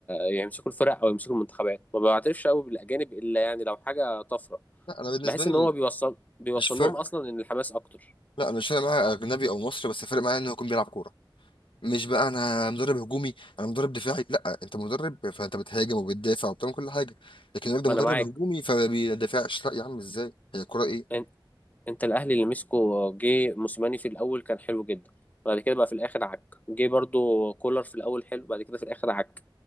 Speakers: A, on the left (about 20°); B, on the left (about 85°).
A: يمسكوا الفرق او يمسكوا المنتخبات ما بعترفش قوي بالاجانب الا يعني لو حاجة طفرة
B: لا انا بالنسبه
A: بحس
B: لي
A: ان هو بيوصل بيوصل
B: مش فارق
A: لهم اصلا ان الحماس اكتر
B: لا انا مش فارق معايا اجنبي او مصري بس فارق معايا انه يكون بيلعب كوره مش بقى انا مدرب هجومي انا مدرب دفاعي لا انت مدرب فانت بتهاجم وبتدافع وبتعمل كل حاجه لكن الراجل ده
A: ما
B: مدرب
A: انا معاك
B: هجومي فما بيدافعش لا يا عم ازاي هي الكوره ايه
A: ان- انت الاهلي اللي مسكه جه موسيماني في الاول كان حلو جدا بعد كده بقى في الاخر عك جه برضو كولر في الاول حلو بعد كده في الاخر عك